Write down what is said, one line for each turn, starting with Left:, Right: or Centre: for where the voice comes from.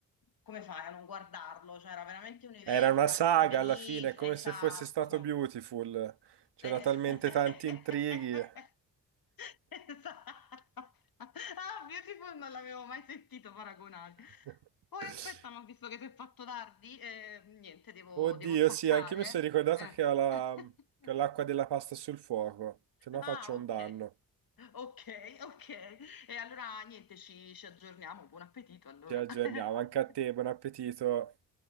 Left: come fai a non guardarlo? Cioè, era veramente un evento,
Right: Era una
Left: era
Right: saga
Left: fatto benissimo,
Right: alla fine, come
Left: esatto.
Right: se fosse stato Beautiful. C'era
Left: Es-
Right: talmente
Left: <laughs>
Right: tanti intrighi.
Left: Esatto. Ah, Beautiful non l'avevo mai sentito paragonare.
Right: <laughs>
Left: Poi aspetta, ma ho visto che si è fatto tardi, eh, niente, devo,
Right: Oddio,
Left: devo staccare.
Right: sì, anche io mi sono ricordato
Left: eh.
Right: che ho la-
Left: <laughs>
Right: che ho l'acqua della pasta sul fuoco, se no
Left: Ah,
Right: faccio un
Left: ok.
Right: danno.
Left: Ok, ok. E allora niente, ci, ci aggiorniamo. Buon appetito allora.
Right: Ci aggiorniamo,
Left: <laughs>
Right: anche a te, buon appetito.